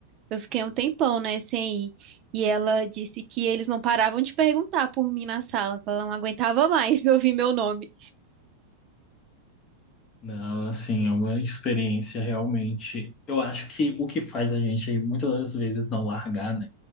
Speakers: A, on the right; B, on the left.
A: eu fiquei um tempão, né, sem ir. E ela disse que eles não paravam de perguntar por mim na sala, que ela não aguentava mais <laughs> ouvir meu nome.
B: não, assim, é uma experiência realmente. Eu acho que o que faz a gente aí muitas das vezes não largar, né,